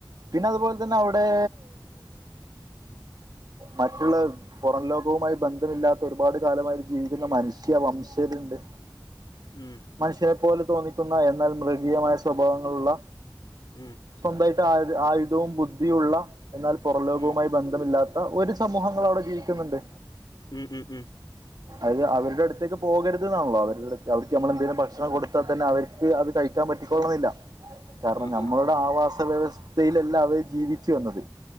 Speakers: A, on the right; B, on the left.
A: പിന്നെ അതുപോലെ തന്നെ അവിടെ മറ്റുള്ള പുറം ലോകവുമായി ബന്ധമില്ലാത്ത ഒരുപാട് കാലമായി ജീവിക്കുന്ന മനുഷ്യ വംശരുണ്ട്
B: ഉം
A: മനുഷ്യനെ പോലെ തോന്നിക്കുന്ന എന്നാൽ മൃഗീയമായ സ്വഭാവങ്ങളുള്ള
B: ഉം
A: സ്വന്തമായിട്ട് ആയു ആയുധവും ബുദ്ധിയും ഉള്ള എന്നാൽ പുറലോകവുമായി
B: ഉം
A: ബന്ധമില്ലാത്ത ഒരു സമൂഹങ്ങളവിടെ ജീവിക്കുന്നുണ്ട്
B: ഉം ഉം ഉം
A: അത് അവരുടെ അടുത്തേക്ക് പോകരുത് ന്നാണല്ലോ അവരുടെടു അവർക്ക് നമ്മൾ എന്തെങ്കിലും ഭക്ഷണം കൊടു ൽ തന്നെ അവർക്ക് അത് കഴിക്കാൻ പറ്റിക്കോളണന്നില്ല കാരണം
B: ആ
A: നമ്മള
B: ആ
A: ആവാസ വ്യവസ്ഥയിലല്ല അവര് ജീവിച്ചു വന്നത്